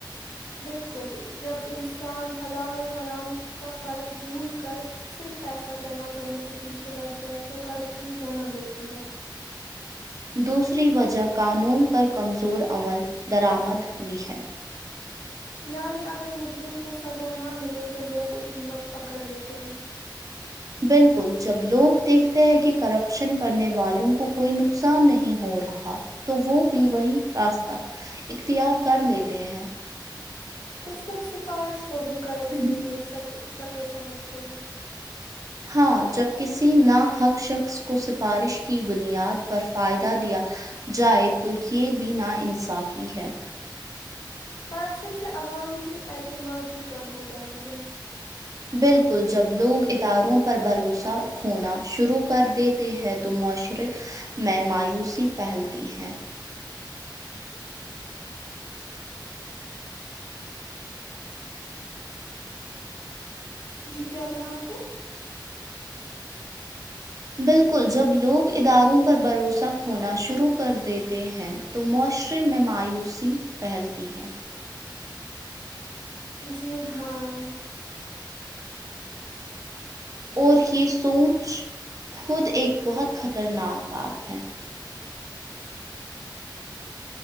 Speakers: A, on the left; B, on the right.
A: بالکل جب انسان حلال اور حرام کا فرق بھول کر صرف پیسہ جمع کرنے کے پیچھے لگ جائے تو کرپشن جنم لیتی ہے
B: دوسری وجہ قانون پر کمزور عمل درامد بھی ہے
A: یعنی اگر مجرم کو سزا نہ ملے تو لوگ اور ہمت پکڑ لیتے ہیں
B: بالکل جب لوگ دیکھتے ہیں کہ کرپشن کرنے والوں کو کوئی نقصان نہیں ہو رہا تو وہ بھی وہی راستہ اختیار کر لیتے ہیں
A: کچھ لوگ سفارش وہ بھی کرپشن
B: ہیں
A: کی ایک سک شکل سمجھتے ہیں
B: ہاں جب کسی نا حق شخص کو سفارش کی بنیاد پر فائدہ دیا جائے تو یہ بھی نا انصافی ہے
A: کرپشن سے عوام کی اعتماد بھی کم ہوجاتی ہے
B: بالکل جب لوگ اداروں پر بھروسہ کھونا شروع کر دیتے ہیں تو معاشرے میں مایوسی پھیلتی ہیں
A: جی کیا کہا آپ نے
B: بالکل جب لوگ اداروں پر بھروسہ کھونا شروع کر دیتے ہیں تو معاشرے میں مایوسی پھیلتی ہے
A: جی ہاں
B: اور یہ سوچ خود ایک بہت خطرناک بات ہے